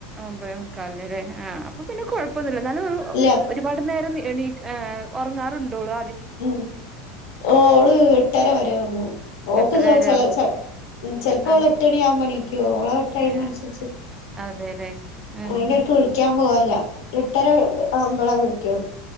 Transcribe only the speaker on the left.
ഇല്ല
ഉം ഓള് എട്ടര വരെ ഒറങ്ങും ഓക്ക്
ചില ചിലപ്പോ
അവള് എട്ട് മണി ആവുമ്പോ എണീക്കും ഓള് ടൈം
അനുസരിച്ച്
അയിന്റെടക്ക് വി വിളിക്കാൻ പോവാല്ല എട്ടര ആവുമ്പളേ വിളിക്കൂ